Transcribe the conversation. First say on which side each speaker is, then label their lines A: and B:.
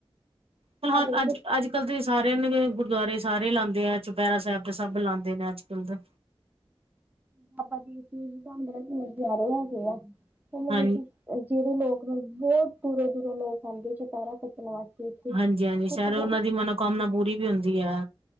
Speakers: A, on the right; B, on the right.
A: ਸਾਡੇ
B: ਫੁਣਾ ਅੱਜ-ਅੱਜ
A: ਇੱਥੇ
B: ਅੱਜ-ਕੱਲ੍ਹ ਦੇ ਸਾਰੇਆਂ ਨੇ, ਗੁਰਦੁਆਰੇ ਸਾਰੇ ਲਾਂਦੇ ਆ, ਚੁਪਹਿਰਾ ਸਾਹਿਬ ਤੇ ਸਭ ਲਾਂਦੇ ਨੇ ਅੱਜ-ਕੱਲ੍ਹ ਦੇ।
A: ਬਾਬਾ ਜੀ ਦੀ <unintelligible> ਕਿੰਨੇ ਪਿਆਰੇ ਹੈਗੇ ਆ। ਮਤਲਬ
B: ਹਾਂ
A: ਅਸੀਂ ਜਿਹੜੇ ਲੋਕ ਮਤਲਬ, ਬਹੁਤ ਦੂਰੋਂ-ਦੂਰੋਂ ਲੋਕ ਆਉਂਦੇ ਚੁਪਿਹਰਾ ਕੱਟਣ ਵਾਸਤੇ। ਇੱਥੇ
B: ਹਾਂਜੀ-ਹਾਂਜੀ ਸ਼ੈਦ
A: ਘੱਟੋ
B: ਉਹਨਾਂ
A: ਘੱਟ
B: ਦੀ ਮਨੋਕਾਮਨਾ ਪੂਰੀ ਵੀ ਹੁੰਦੀ ਆ।